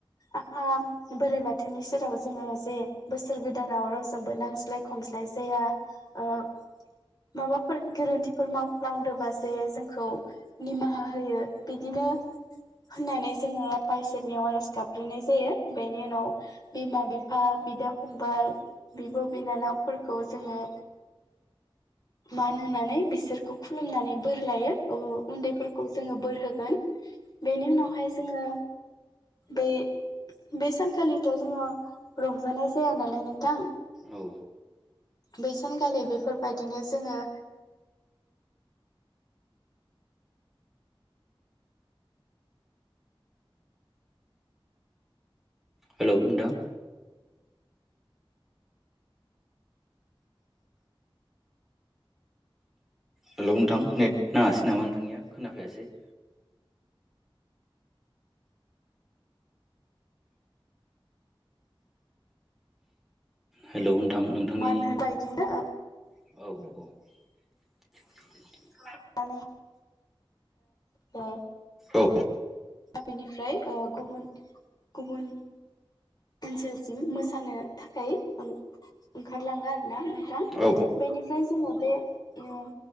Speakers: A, on the left; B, in the centre.
A: आफा बोराइ बाथौनि सेराव जोङो जे बोसोर गोदानाव रावजोंबो नांज्लाय खमज्लाय जाया ओ माबाफोर गोरोन्थि फोर मावफ्लांदोबा जे जोंखौ निमाहा होयो बिदिनो होननानै जोङो आफा इसोरनियाव आरज गाबग्रोनाय जायो बेनि उनाव बिमा बिफा बिदा फंबाय बिब' बिनानावफोरखौ जोङो मान होनानै बिसो सोरखौ खुलुमनानै बोर लायो अ उन्दैफोरखौ जोङो बोर होगोन बेनि उनावहाय जोङो बै बे सानखालिथ' जोङो रंजानाय जाया नालाय नोंथां
B: औ
A: बै सानखालि बेफोरबायदिनो जोङो
B: हेलौ नोंथां हेलौ नोंथां नेट नाङासै नामा नोंथांनिया खोनाफैयासै। हेलौ नोंथांनि
A: मान <unintelligible> बे बायदिनो ओ
B: औ औ औ
A: माने ओ
B: औ
A: बेनिफ्राय ओ गुबुन गुबुन ओनसोलसिम मोसानो थाखाय ओं-ओंखारलाङो आरोना नों थां
B: औ
A: बेनिफ्राय जोङो बे उम